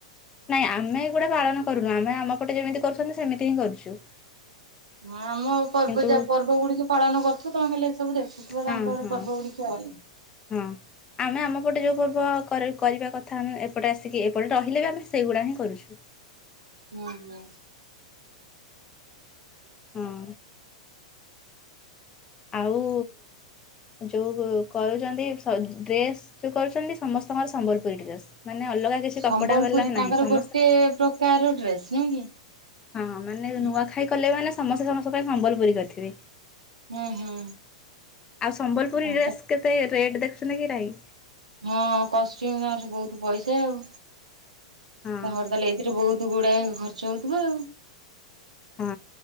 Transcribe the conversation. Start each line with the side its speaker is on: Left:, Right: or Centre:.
Left: ନାଇଁ ଆମେ ଏଗୁରା ପାଳନ କରୁନୁ ଆମେ ଆମ ପଟେ ଯେମିତି କରୁଛନ୍ତି ସେମିତି ହିଁ କରୁଛୁ।
Right: ହଁ ଆମ ପର୍ବ
Left: କିନ୍ତୁ
Right: ଯ ପର୍ବ ଗୁଡିକ ପାଳନ କରୁଥୁବେ ହେଲେ ସବୁ ଦେଖୁଥଥିବା
Left: ହଁ
Right: ତାଙ୍କର
Left: ହଁ
Right: ପର୍ବ ଗୁଡିକ ଅନ।
Left: ହଁ ଆମେ ଆମ ପଟେ ଯୋଉ ପର୍ବ କରିବା କଥା ଆମେ ଏପଟେ ଆସିକି ଏପଟେ ରହିଲେ ବି ଆମେ ସେଇଗୁଡା ହିଁ କରୁଛୁ।
Right: ହୁଁ ହୁଁ।
Left: ହଁ। ଆଉ ଯୋଉ କରୁଛନ୍ତି ଡ୍ରେସ ଯୋଉ କରୁଛନ୍ତି ସମସ୍ତଙ୍କର ସମ୍ବଲପୁରୀ ଡ୍ରେସ। ମାନେ ଅଲଗା କିଛି
Right: ସମ୍ବଲପୁରୀ
Left: କପଡା ବାଲା
Right: ତାଙ୍କର
Left: ନାହିଁ ସମସ୍ତେ
Right: ଗୋଟେ ପ୍ରକାର ଡ୍ରେସ ନୁହେଁ କି?
Left: ହଁ ମାନେ
Right: ଉଁ
Left: ନୂଆଖାଇ କଲେ ମାନେ ସମସ୍ତେ ସମସ୍ତଙ୍କ ପାଇଁ ସମ୍ବଲପୁରୀ କରିଥିବେ।
Right: ହୁଁ ହୁଁ।
Left: ଆଉ ସମ୍ବଲପୁରୀ
Right: ହୁଁ
Left: ଡ୍ରେସ କେତେ ରେଟ ଦେଖୁଛନ୍ତିକି ନାହିଁ।
Right: ହଁ କଷ୍ଟ୍ୟୁମ ତାଙ୍କର ବହୁତ ପଇସା ଆଉ ତାଙ୍କର
Left: ହଁ
Right: ତାହେଲେ ଏଇଥିରେ ବହୁତ ଗୁଡାଏ ଖର୍ଚ୍ଚ ହଉଥିବ ଆଉ।
Left: ହଁ